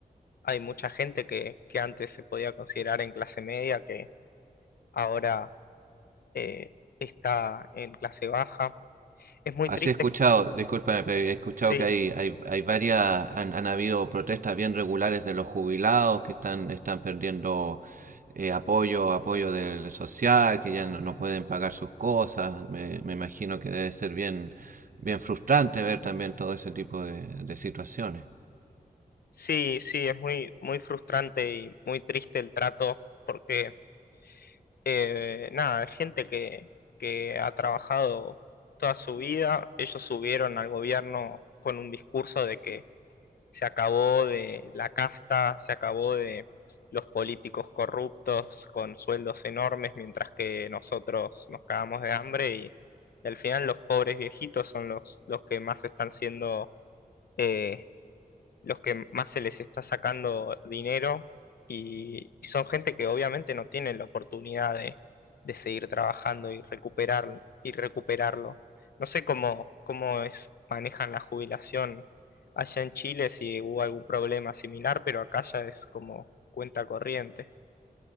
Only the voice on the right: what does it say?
Así
he escuchado, disculpa, pero he escuchado
que hay, hay, hay varias, han, han habido protestas bien regulares de los jubilados que están, están perdiendo eh, apoyo, apoyo del social, que ya no, no pueden pagar sus cosas. Me, me imagino que debe ser bien, bien frustrante ver también todo ese tipo de, de situaciones.